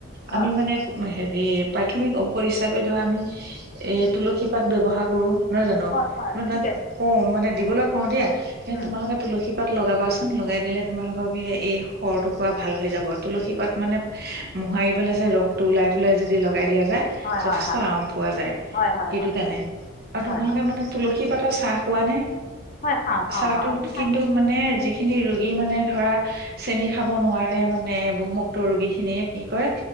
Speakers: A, on the left (about 40°); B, on the right (about 45°).
A: হয়
B: আমি মানে হেৰি। হে প্ৰাথমিক ঔষধ হিচাপে ধৰ আমি এই তুলসী পাত ব্যৱহাৰ কৰোঁ। নহয় জানো
A: হয় হয়
B: ম ধ
A: ঠিকে
B: কম মানে দিবলৈ। হয় দিয়া। এ
A: উম
B: তোমালোকে তুলসী। তাত লগাবা ছোন। লগাই দিলে তোমালোকৰ কি এই সৰ টুকুৰা ভাল হৈ যাব তুলসী পাত মানে মোহাৰি পেলাই যে ৰস টো ওলাই পেলাই যদি লগাই দিয়া।
A: হয়
B: যথেষ্ট
A: হয় হয়
B: আৰাম পোৱা যায়
A: হয় হয়
B: সেইটো
A: হয়
B: কাৰণে আৰু
A: হয়
B: তোমালোকে
A: হয়
B: মানে তুলসী পাতৰ চাহ। পোৱা নাই।
A: হয় খাওঁ খাওঁ
B: চাহটো
A: খাওঁ আপুনি খায়নে
B: কিন্তু মানে যি। খিন ৰোগী মানে ধৰা চেনি খাব নোৱাৰে মানে বহুমুক্ত ৰোগী খিনিয়ে কি ক